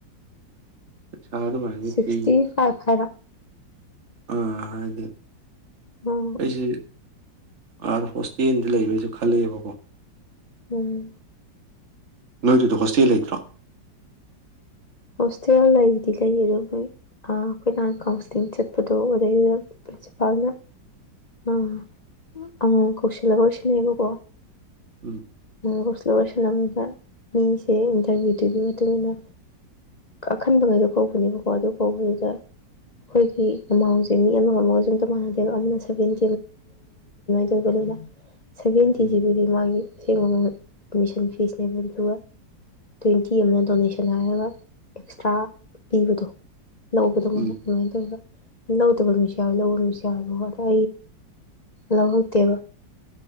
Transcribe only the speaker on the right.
ꯆ ꯑꯗꯨ ꯃꯥꯗꯤ
ꯊ
ꯑꯥ ꯑꯗ
ꯑꯩꯁꯦ ꯑꯥꯔ ꯍꯣꯁꯇꯦꯜꯗ ꯂꯩꯕꯩꯁꯨ ꯈꯜꯂꯛꯦꯕꯀꯣ
ꯅꯣꯏꯗꯨꯗ ꯍꯣꯁꯇꯦꯜ ꯂꯩꯇ꯭ꯔꯣ
ꯎꯝ
ꯎꯝ
ꯎꯝ